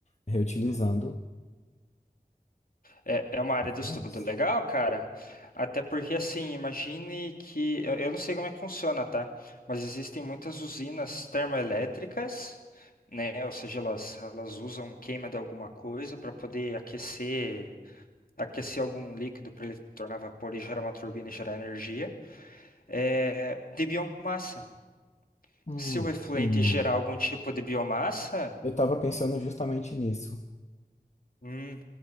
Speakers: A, on the left; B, on the left.
A: Reutilizando
B: É, é uma área
A: biomas.
B: de estudo legal, cara. Até porque, assim, imagine que. Eu, eu não sei como é que funciona, tá? Mas existem muitas usinas termoelétricas, né? Ou seja, elas, elas usam queima de alguma coisa para poder aquecer, aquecer algum líquido para ele tornar vapor e gerar uma turbina e gerar energia. É, de biomassa.
A: Hum,
B: Se o efluente
A: sim, mano.
B: gerar algum tipo de biomassa.
A: Eu estava pensando justamente nisso.
B: hum,